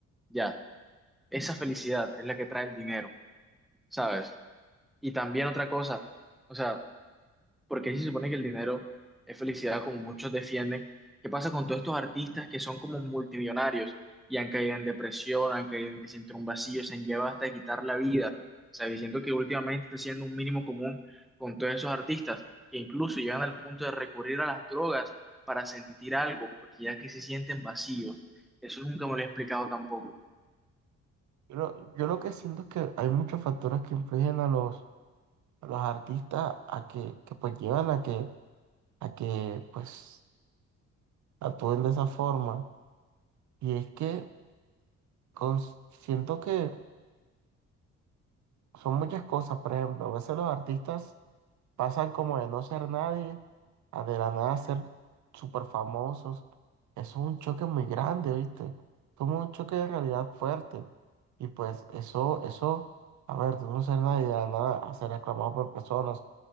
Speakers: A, in the centre; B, on the right.
A: ya, esa felicidad es la que trae el dinero, ¿sabes? Y también otra cosa, o sea, porque si se supone que el dinero es felicidad como muchos defienden? ¿Qué pasa con todos estos artistas que son como multimillonarios y han caído en depresión, han caído en que sienten un vacío, se han llevado hasta de quitar la vida? O sea, diciendo que últimamente está siendo un mínimo común con todos esos artistas que incluso llegan al punto de recurrir a las drogas para sentir algo, porque ya que se sienten vacíos. Eso nunca me lo he explicado tampoco.
B: Yo lo, yo lo que siento es que hay muchos factores que influyen a los, a los artistas a que, que pues llevan a que, a que pues actúen de esa forma. Y es que cons- siento que son muchas cosas. Por ejemplo, a veces los artistas pasan como de no ser nadie a de la nada ser súper famosos. Eso es un choque muy grande, ¿viste? Como un choque de realidad fuerte. Y pues eso, eso, a ver, de no ser nadie a de la nada a ser aclamado por personas